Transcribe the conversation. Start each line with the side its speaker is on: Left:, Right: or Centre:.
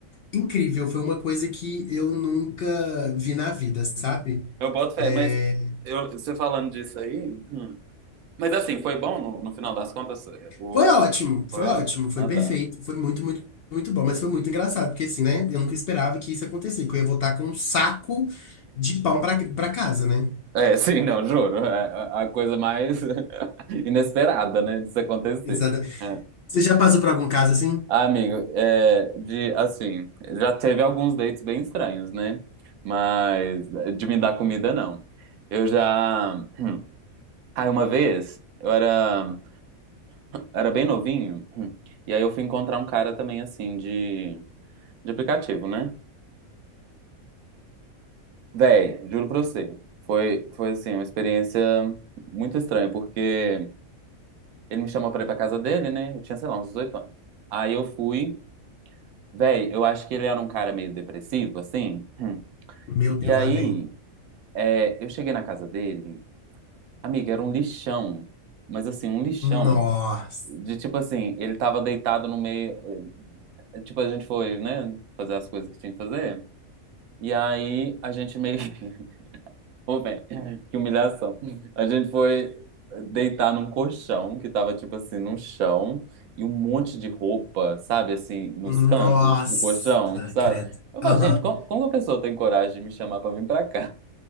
Left: incrível. Foi uma coisa que eu nunca vi na vida, sabe?
Right: Eu boto fé,
Left: Eh,
Right: mas eu, você falando disso aí. hum. Mas assim, foi bom no, no final das contas? O,
Left: Foi ótimo,
Right: foi
Left: foi
Right: ótimo?
Left: ótimo, foi
Right: Ah,
Left: perfeito,
Right: tá.
Left: foi muito, muito, muito bom, mas foi muito engraçado, porque assim, né? Eu nunca esperava que isso acontecesse, que eu ia voltar com um saco de pão pra, pra casa, né?
Right: É, <laughs> sim, não, juro. É a a coisa mais <laughs> inesperada, né, disso acontecer.
Left: Exato.
Right: É.
Left: Você já passou por algum caso assim?
Right: Ah, amigo, é, de assim, já teve alguns dates bem estranhos, né? Mas de me dar comida, não. Eu já. <clears throat> Aí uma vez, eu era, era bem novinho, <clears throat> e aí eu fui encontrar um cara também, assim, de. de aplicativo, né? Véi, juro pra você. Foi, foi assim, uma experiência muito estranha, porque ele me chamou pra ir pra casa dele, né? Eu tinha, sei lá, uns 18 anos. Aí eu fui. Véi, eu acho que ele era um cara meio depressivo, assim. <clears throat>
Left: Meu Deus,
Right: E aí,
Left: lá vem.
Right: é, eu cheguei na casa dele. Amiga, era um lixão. Mas assim, um lixão.
Left: Nossa,
Right: De tipo assim, ele tava deitado no meio. eh, Tipo, a gente foi, né? Fazer as coisas que tinha que fazer. E aí, a gente meio <laughs> Ô, velho, <laughs> que humilhação. A gente foi deitar num colchão que tava, tipo assim, num chão e um monte de roupa, sabe, assim, nos
Left: nossa,
Right: cantos do colchão, sabe?
Left: credo.
Right: Eu falei,
Left: Aham,
Right: gente, como, como que a pessoa tem coragem de me chamar pra vir pra cá?